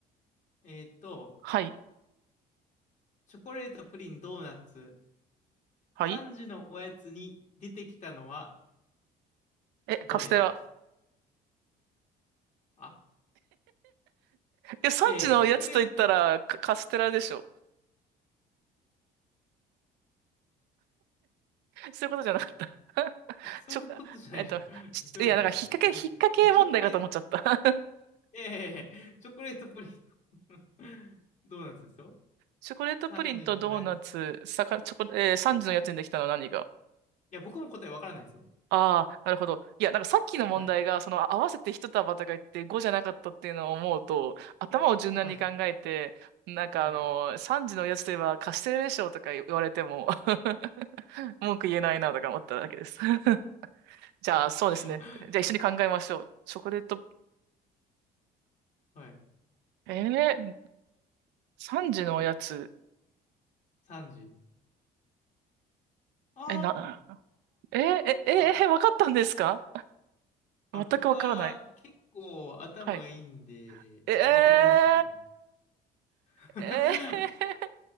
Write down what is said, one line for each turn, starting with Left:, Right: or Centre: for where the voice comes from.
Left: えーっと、
Right: はい。
Left: チョコレート、プリン、ドーナツ、
Right: はい。
Left: 3時のおやつに出てきたのは
Right: え、カステラ。
Left: どれあ
Right: いや、3時のやつと言ったら、
Left: いやいや、チョコレート、
Right: カカステラでしょ。そういうことじゃなかった。<laughs>
Left: いやそういうことじゃないでしょ。
Right: ちょ、えっと、
Left: <laughs>
Right: ちいや、
Left: そういうことじゃないでしょ。
Right: なんか、引っ掛け、引っ掛け問題かと思っちゃった。
Left: いや、いやチョコレート、
Right: <laughs>
Left: いやいやいやチョコレートプリント <laughs> ドーナツですよ。
Right: チョコレートプリンとドーナツ、
Left: 3時のおやつ。い
Right: さか、チョコ、えー、時のやつにできたのは何が
Left: や、僕も答えわからないですよ。
Right: ああ、なるほど。いや、なんかさっきの問題が、
Left: はい。
Right: その合わせて一束とか言って5じゃなかったっていうのを思うと、頭を柔軟に考えて、
Left: はい。
Right: なんかあの、
Left: はい。
Right: 3時のおやつといえばカステラでしょとか言われても <laughs> 文句言えないなとか思っただけです。<laughs> じゃあ、そうですね。
Left: <laughs>
Right: じゃあ一緒に考えましょう。チョコレート、
Left: はい。
Right: えー、3時のおやつ、
Left: 3時。あ
Right: え、な、えー、え、えー、
Left: ー
Right: えー、わかったんですか
Left: あ、
Right: 全くわからない。
Left: 僕は結構頭がいいんで、
Right: はい。えー、
Left: わかりましたね。<laughs>
Right: え